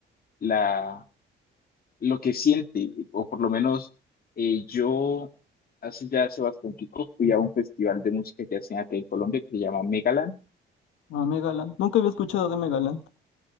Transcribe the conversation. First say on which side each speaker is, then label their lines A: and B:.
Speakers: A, on the left; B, on the left.
A: la, lo que siente, o por lo menos eh, yo hace ya hace bastante tiempo fui a un festival de música que hacen acá en Colombia que se llama Megaland.
B: Ah, Megaland. Nunca había escuchado de Megaland.